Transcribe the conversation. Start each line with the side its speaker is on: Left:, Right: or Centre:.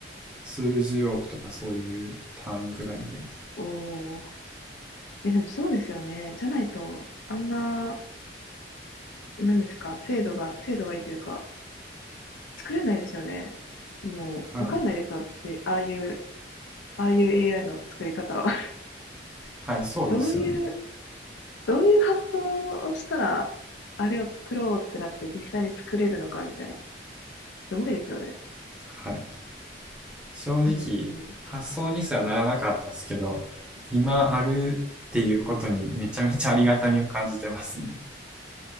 Centre: 数十億とかそういう単位くらいで。
Left: おー。え、でもそうですよね。じゃないと、あんな、なんですか、精度が、精度がいいというか、作れないですよね。もう、
Centre: はい。
Left: わかんないですよ、私。ああいう、ああいう AI の作り方は。<laughs>
Centre: はい、そうですよね。
Left: どういう、どういう発想をしたら、あれを作ろうってなって実際に作れるのか、みたいな。すごいですよね。
Centre: はい。正直、
Left: うん。
Centre: 発想にすらならなかったですけど、今あるっていうことにめちゃめちゃありがたみを感じてますもん。